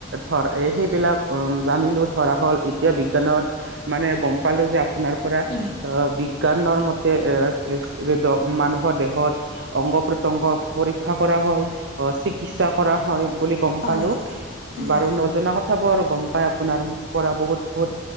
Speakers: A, on the right; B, on the left.
A: ধৰ সেইবিলাক জানিলো ধৰা হ'ল এতিয়া বিজ্ঞানত মানে গম পালো যে আপ আপোনাৰ পৰা অ
B: উম
A: বিজ্ঞানৰ মত এ এচ এচ এদ মানুহৰ দেহত অংগ প্ৰত্ংগ পৰীক্ষা কৰা হয় অ চিকিৎসা কৰা হয় বুলি গম
B: হয়
A: পালো
B: উম
A: বাৰু নজনা কথাবোৰ গম পাই আপোনাৰ পৰা বহুত বহুত